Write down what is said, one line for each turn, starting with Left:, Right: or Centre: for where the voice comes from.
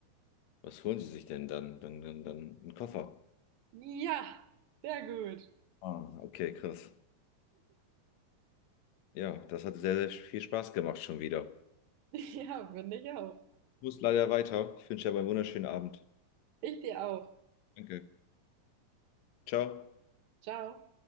Left: Was holen sie sich denn dann? Dann, dann, dann einen Koffer.
Right: Ja, sehr gut.
Left: Ah, okay, krass. Ja, das hat sehr, sehr viel Spaß gemacht schon wieder.
Right: <laughs> Ja, finde ich auch.
Left: Ich muss leider weiter. Ich wünsche dir aber einen wunderschönen Abend.
Right: Ich dir auch.
Left: Danke. Ciao.
Right: Ciao.